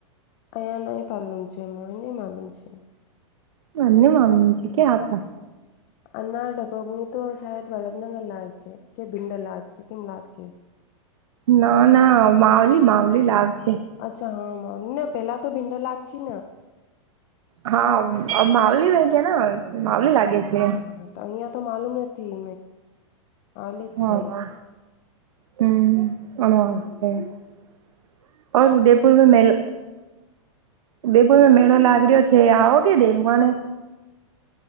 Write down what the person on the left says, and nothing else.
અહીંયા નહી પાલુમ છે, મો એ નહી માલુમ છે.
આના ડભોગની તો શાયદ વલભનગર લાગ છે, કે ભીંડલ લાગશે કેમ લાગશે <inaudible>
અચ્છા હા મને પેલા તો ભીંડા લાગ છી ના
હા તો અહિયાં તો માલુમ નથી આવલી જ
છે.